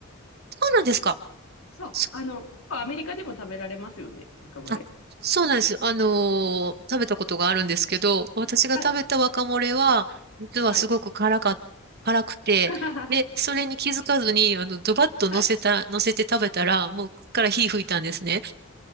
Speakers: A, on the right; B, on the left.
A: そうなんですか。
B: そう。
A: そ、
B: あの、アメリカでも食べられますよね、若丸レ。
A: あ、そうなんです。あのー食べたことがあるんですけど、私が食べたワカモレは、
B: はい。
A: 実はすごく辛か、
B: はい。
A: 辛くて、
B: <laughs>
A: で、それに気づかずに、あの、ドバッと乗せた、
B: はい。
A: 乗せて食べたら、もう、から火吹いたんですね。